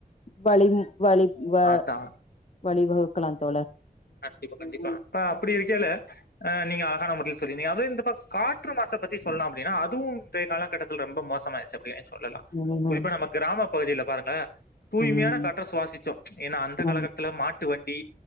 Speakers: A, on the left; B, on the left.
A: வலி வலி வ
B: அதா
A: வழி வகுக்கலா தோழ
B: கண்டிப்பா கண்டிப்பா இப்ப அப்டி இருக்கேல ஆ நீங்க அழகான முகில்ஸ் தோழி நீங்க அப்டே இந்த பக் காற்று மாச பத்தி சொல்லலாம் அப்டின்னா அதுவும் இந்த காலகட்டத்தில் ரொம்ப மோசமாயிருச்சு அப்டி ஆச்சி சொல்லலா
A: ம்
B: குறிப்பா நம்ம கிராம பகுதில பாக்கட்ட தூய்மையான
A: ம்
B: காற்ற சுவாசிச்சோம் ஏன்னா அந்த
A: ஆமா
B: காலகட்டத்துல மாட் டு வண்டி